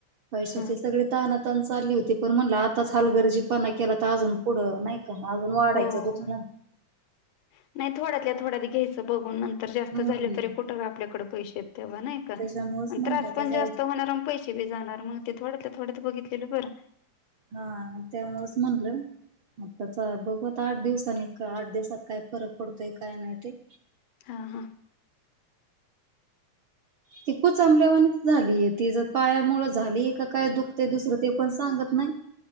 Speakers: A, on the right; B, on the left.
A: पैशाची
B: हा
A: सगळी तानातान चा -- ली होती पण म्हणला आताच हालगरजीपणा केला तर अजून पुढं नाही का अजून वाढायचं
B: हो
A: दुखणं
B: नाही थोड्यातल्या थोड्यात घ्यायच. बघून नंतर जास्त
A: हम्म
B: झाले तरी कुठं आपल्याकडे पैसे तेव्हा नाही का
A: त्याच्यामुळेच म्हणलं
B: त्रास
A: आता
B: पण
A: जाऊ
B: जास्त
A: दे
B: होणार प पैसे बी जाणार मग ते थोड -- थोडंत बघितलेलं बरं.
A: हा त्यामुळचं म्हणलं. आताच बघू आता आठ दिवसांनी आठ दिवसात काय फरक पडतोय काय नाही ते.
B: हा, हा.
A: ती कुचंबल्यावानीच झालीय ती ज पायामुंळ झालीय का काय दुखत दुसरं ते पण सांगत नाही.